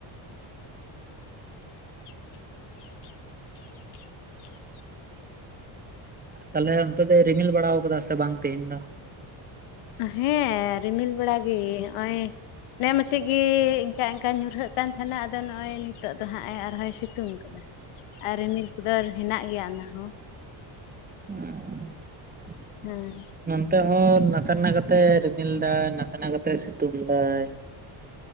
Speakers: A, on the left; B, on the right.
A: <inaudible>
B: ᱛᱟᱞᱦᱮ ᱚᱱᱛᱮ ᱫᱚ ᱨᱤᱢᱤᱞ ᱵᱟᱲᱟ ᱠᱟᱫᱟ ᱥᱮ ᱵᱟᱝ ᱛᱮᱦᱮᱧ ᱫᱚ
A: ᱦᱮᱸ ᱨᱤᱢᱤᱞ ᱵᱮᱲᱟ ᱜᱮ ᱦᱚᱸᱜᱼᱚᱭ ᱱᱮ ᱢᱟᱪᱮᱫ ᱜᱮ ᱤᱱᱠᱟᱼᱤᱱᱠᱟ ᱧᱩᱨᱦᱟᱹᱜ ᱠᱟᱱ ᱛᱟᱦᱮᱱᱟ ᱟᱫᱚ ᱱᱚᱜᱼᱚᱭ ᱱᱤᱛᱚᱜ ᱫᱚ ᱦᱟᱸᱜ ᱮ ᱟᱨᱦᱚᱸᱭ ᱥᱤᱛᱩᱝ ᱠᱟᱫᱟ ᱟᱨ ᱨᱤᱢᱤᱞ ᱠᱚᱫᱚ ᱦᱮᱱᱟᱜ ᱜᱮᱭᱟ ᱚᱱᱟ ᱦᱚᱸ᱾
B: ᱦᱮᱸ
A: ᱦᱮᱸ
B: ᱱᱚᱱᱛᱮ ᱦᱚᱸ ᱱᱟᱥᱮᱱᱟᱜ ᱠᱟᱛᱮ ᱨᱤᱢᱤᱞ ᱫᱟᱭ ᱱᱟᱥᱮᱱᱟᱜ ᱠᱟᱛᱮ ᱥᱤᱛᱩᱝ ᱫᱟᱭ ᱾